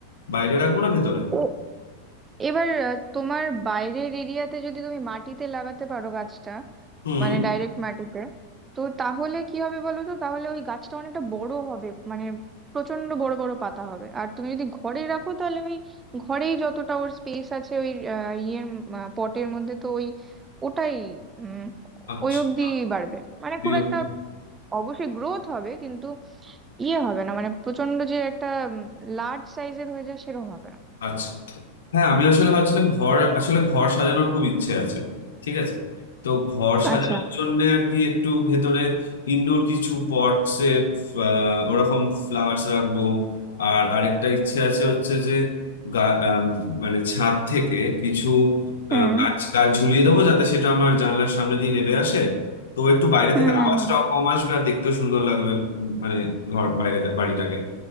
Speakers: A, on the left; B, on the right.
A: বাইরে রাখবো না ভেতরে
B: তো এবার আহ, তোমার বাইরের এরিয়াতে যদি তুমি মাটিতে লাগাতে পারো গাছটা
A: হুম
B: মানে ডাইরেক্ট মাটিতে তো তাহলে কি হবে বলো তো তাহলে ওই গাছটা অনেকটা বড় হবে মানে প্রচন্ড বড় বড় পাতা হবে আর তুমি যদি ঘরে রাখো তাহলে ওই ঘরেই যতটা ওর স্পেস আছে ওই আহ, ইয়ের পটের মধ্যে তো ওই ওটাই উম,
A: আচ্ছা
B: ওই অবধি বাড়বে মানে
A: বিরক্ত।
B: খুব একটা অবশ্যই গ্রোথ হবে কিন্তু ইয়ে হবে না মানে প্রচন্ড যে একটা লার্জ সাইজের হয়ে যায় সেরকম হবে না
A: আচ্ছা হ্যাঁ আমি আসলে ভাবছিলাম ঘর আসলে ঘর সাজানোর খুব ইচ্ছে আছে ঠিক আছে তো ঘর সাজানোর
B: আচ্ছা
A: জন্য আর কি একটু ভেতরে ইনডোর কিছু পটসে ওরকম ফ্লাওয়ার্স রাখবো আর আরেকটা ইচ্ছে আছে হচ্ছে যে গা- আম, মানে ছাদ থেকে কিছু
B: হুম
A: আহ, গাছ গাছ ঝুলিয়ে দেবো যাতে সেটা আমার জানলার সামনে দিয়ে নেবে আসে তো একটু বাইরে
B: হুম
A: থেকে
B: হুম
A: আওয়াজটাও
B: হুম
A: কম আসবে আর দেখতেও সুন্দর লাগবে উম, মানে ঘর বাইরে বাড়িটাকে